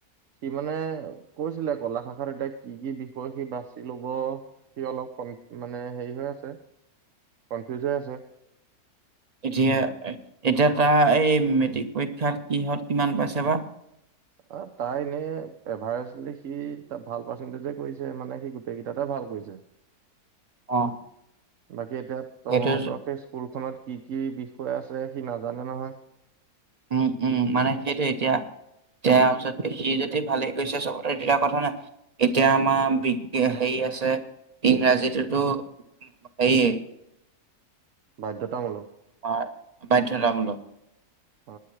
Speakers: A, on the right; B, on the right.
A: সি মানে কৈছিলে কলা শাখাত এতিয়া কি কি বিষয় সি বাচি লব সি অলপ কন মানে হেৰি হৈ আছে কনফিউজ হৈ আছে।
B: এতিয়া এতিয়া তাৰ এই মেট্ৰিক পৰীক্ষাত কিহত কিমান পাইছে বা।
A: অ তাই এনেই এভাৰেষ্টলি সি ত ভাল পাৰ্চেণ্টেজে কৰিছে মানে সি গোটেই কেইটাতে ভাল কৰিছে।
B: অ।
A: ল <unintelligible> সি এতিয়া তহঁতৰ
B: সেইটো য-
A: সেই স্কুলখনত কি কি বিষয় আছে সি নাজানে নহয়।
B: উম উম মানে সেইটো এতিয়া তাৰ ওচতে সি যদি ভালেই গৈছে চবতে তেয়া কথা নাই এতিয়া আমাৰ বি হেৰি আছে ইংৰাজীটোতো হেয়ে
A: বাধ্যতামূলক
B: হয় বাধ্যতামূলক।
A: অ।